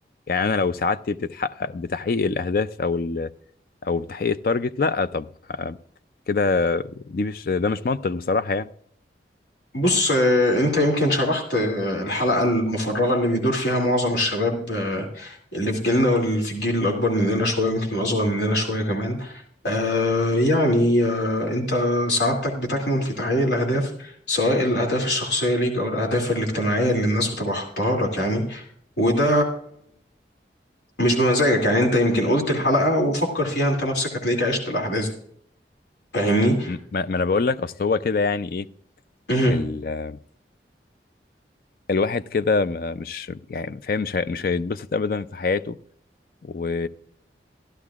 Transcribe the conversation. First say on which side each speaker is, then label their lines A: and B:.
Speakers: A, on the left; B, on the left.
A: يعني انا لو سعادتي بتتحقق بتحقيق الاهداف او ال... او بتحقيق التارجت لا طب آه، كده دي مش ده مش منطق بصراحه يعني
B: بص آه، انت يمكن شرحت آه، الحلقة المفرغة اللي بيدور فيها معظم الشباب آه، اللي في جيلنا واللي في الجيل الأكبر مننا شوية ويمكن الأصغر مننا شوية كمان آه، يعني آه، انت سعادتك بتكمن في تحقيق الأهداف سواء الأهداف الشخصية ليك أو الأهداف الاجتماعية اللي الناس بتبقى حاطاها لك يعني وده مش بمزاجك يعني انت يمكن قلت الحلقة وفكر فيها انت نفسك هتلاقيك عشت الأحداث دي فاهمني؟
A: م- ما ما انا بقول لك اصل هو كده يعني ايه
B: مهم.
A: ال... آه، الواحد كده ما- مش يعني فاهم مش هي... مش هيتبسط ابدا في حياته و